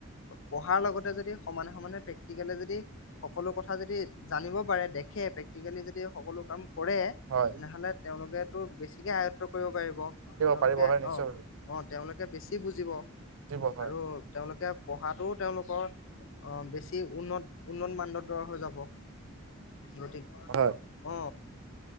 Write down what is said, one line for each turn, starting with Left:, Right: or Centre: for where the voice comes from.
Left: পঢ়াৰ লগতে যদি সমানে সমানে প্ৰেক্টিকেলে যদি সকলো কথা যদি জানিব পাৰে দেখে প্ৰেক্ ক্টিকেলি যদি সকলো কাম কৰে
Right: হয়
Left: তেনেহলে তেওঁলোকে ত বেছিকে আয়ত্ব কৰিব পাৰিব তেওঁলোকে
Right: পাৰিব হয় নিশ্চয়
Left: অ
Right: পাৰিব
Left: অ তেওলোক কে বেছি বুজিব
Right: পাৰিব হয়
Left: আৰু তেওঁলোকে পঢ়াটো, তেওঁলোকৰ অ, বেছি উন্নত উন্নত মানদণ্ডৰ হৈ যাব। গতিক,
Right: হয়
Left: অ,